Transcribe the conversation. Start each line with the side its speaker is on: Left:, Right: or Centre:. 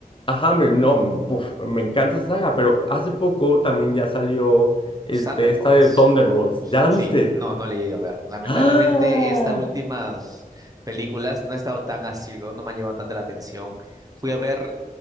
Left: Ajá, me, no, m- puf, me encanta esa saga, pero hace poco también ya salió este,
Right: Los Thunderbolts.
Left: esta de Thunderbolts. ¿Ya la
Right: Sí,
Left: viste?
Right: no, no le he ido a ver. Lamentablemente,
Left: ¡Ah!
Right: estas últimas películas no he estado tan asiduo, no me han llamado tanta la atención. Fui a ver